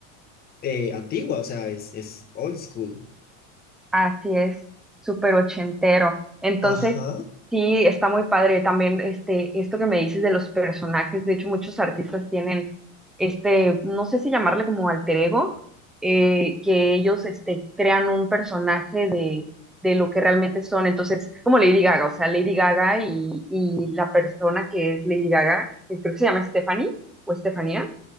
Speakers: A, on the left (about 25°); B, in the centre.
A: eh, antigua, o sea, es, es old school.
B: Así es, súper ochentero. Entonces,
A: Ajá,
B: sí, está muy padre también este, esto que me dices de los personajes. De hecho, muchos artistas tienen este, no sé si llamarle como alter ego, eh, que ellos este, crean un personaje de, de lo que realmente son. Entonces, es como Lady Gaga, o sea, Lady Gaga y, y la persona que es Lady Gaga, que creo que se llama Stephanie o Estefanía,